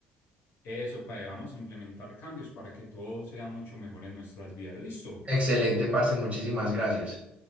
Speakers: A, on the left; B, on the right.
A: Eso, para vamos a implementar cambios para que todo sea mucho mejor en nuestras vidas. ¿Listo?
B: Excelente, parce, muchísimas gracias.